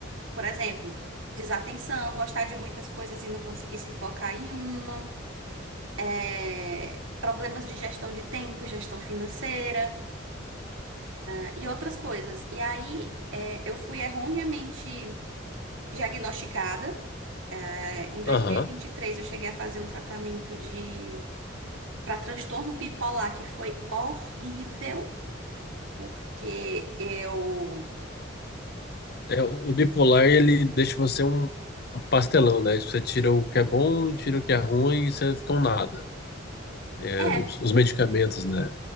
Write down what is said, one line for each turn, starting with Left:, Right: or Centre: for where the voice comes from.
Right: Por exemplo, desatenção, gostar de muitas coisas e não conseguir se focar em uma, é, problemas de gestão de tempo, gestão financeira, ah, e outras coisas. E aí, é, eu fui erroneamente diagnosticada. É, em 2023,
Left: Aham.
Right: eu cheguei a fazer um tratamento de para transtorno bipolar, que foi horrível, porque eu.
Left: É, o o bipolar, ele deixa você um, um pastelão, né? Você tira o que é bom, tira o que é ruim e você fica um nada. É,
Right: É,
Left: os, os medicamentos, né?